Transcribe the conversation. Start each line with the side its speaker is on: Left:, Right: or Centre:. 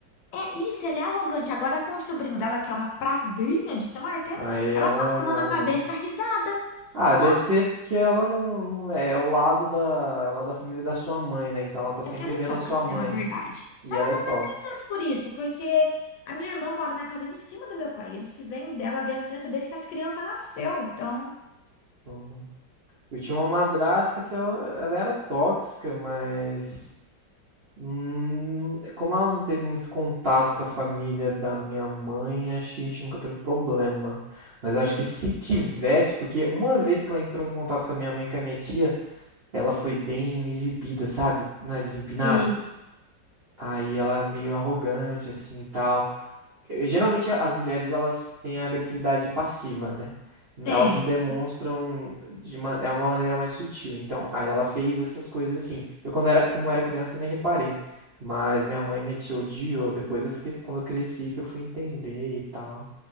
Left: É isso, ele é arrogante. Agora com o sobrinho dela, que é uma praguinha de tão arteira,
Right: Aí ela,
Left: ela passa
Right: ela
Left: a mão na cabeça
Right: gosta.
Left: e dá risada.
Right: Ah,
Left: Nossa,
Right: deve ser porque ela não, não é o lado da, ela é da família da sua mãe, né? Então ela tá sempre
Left: é aquela
Right: vendo
Left: hipócrita,
Right: a sua mãe.
Left: na verdade.
Right: E
Left: Não
Right: ela
Left: é
Right: é tóxica.
Left: tanto por isso, porque a minha irmã mora na casa de cima do meu pai. Eles se veem dela, vê as crianças desde que as crianças nasceu, então.
Right: Uhum. Eu tinha uma madrasta que ela, ela era tóxica, mas hum, como ela não teve muito contato com a família da minha mãe, acho que a gente nunca teve problema. Mas eu acho
Left: Então,
Right: que se tivesse, porque uma vez que ela entrou em contato com a minha mãe e com a minha tia, ela foi bem exibida, sabe? Nariz empinado.
Left: sei.
Right: Aí ela é meio arrogante, assim, e tal. eh, Geralmente as mulheres elas têm a agressividade passiva, né? Elas
Left: É,
Right: não demonstram de uma, é uma maneira mais sutil. Então, aí ela fez essas coisas assim. Eu quando era, como era criança, eu nem reparei. Mas minha mãe me tia odiou. Depois eu fiquei, quando eu cresci, que eu fui entender e tal.